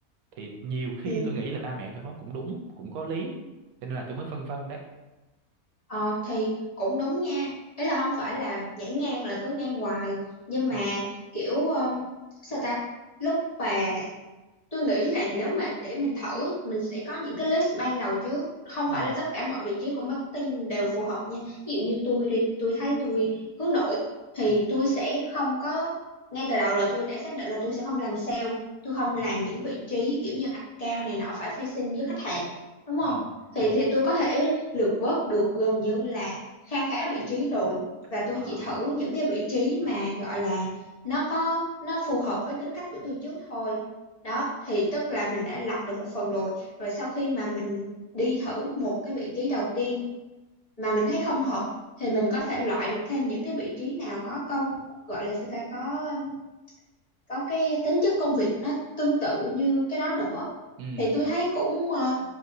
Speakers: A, on the right (about 80°); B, on the left (about 30°).
A: thì nhiều khi
B: Ừ.
A: tôi nghĩ là ba mẹ tôi nói cũng đúng cũng có lý cho nên là tôi mới phân vân đấy
B: Ờ thì cũng đúng nha Ý là không phải là nhảy ngang là cứ ngang hoài Nhưng mà
A: ừ
B: kiểu um, sao ta Lúc mà tôi nghĩ là nếu mà để mình thử mình sẽ có những cái list ban đầu trước không
A: ừ
B: phải là tất cả mọi vị trí của marketing đều phù hợp nha ví dụ như tôi đi tôi thấy tôi hướng nội thì
A: ừ
B: tôi sẽ không có ngay từ đầu là tôi đã xác định là tôi sẽ không làm sale tôi không
A: ừ
B: làm những vị trí kiểu như account này nọ phải facing với khách hàng đúng không
A: ừ
B: thì
A: ừ
B: thì tôi có thể lược vớt được gần như là kha khá vị trí rồi và
A: à
B: tôi chỉ thử những cái vị trí mà gọi là nó có nó phù hợp với tính cách của tôi trước thôi đó thì tức là mình đã lọc được một phần rồi rồi sau khi mà mình đi thử một cái vị trí đầu tiên mà mình thấy không hợp thì mình có thể loại được thêm những cái vị trí nào có công gọi là sao ta có um, có cái tính chất công việc nó tương tự như cái đó nữa
A: ừ
B: thì tôi thấy cũng ờ,